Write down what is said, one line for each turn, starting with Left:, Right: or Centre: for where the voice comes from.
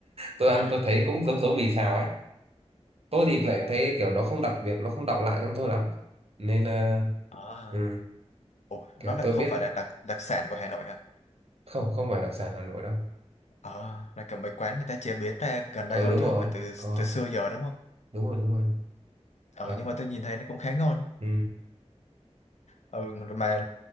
Right: tôi
Left: <laughs>
Right: ăn tôi thấy cũng
Left: Ôi,
Right: giống giống mì xào ấy tôi thì
Left: ồ.
Right: lại thấy kiểu nó không đặc biệt nó không đọng lại trong tôi lắm nên ờ,
Left: À.
Right: ừ,
Left: Ồ,
Right: kiểu
Left: nó lại
Right: tôi
Left: không
Right: biết
Left: phải là đặc đặc sản của Hà Nội hả?
Right: không không phải đặc sản Hà Nội đâu
Left: À, là kiểu mấy quán người ta chế biến ra gần
Right: ừ
Left: đây thôi
Right: đúng
Left: chứ
Right: rồi
Left: không phải từ
Right: có
Left: từ xưa giờ đúng không?
Right: đúng rồi đúng rồi
Left: Ờ
Right: ờ,
Left: nhưng mà tôi nhìn thấy nó cũng khá ngon.
Right: ừ.
Left: ừ, mà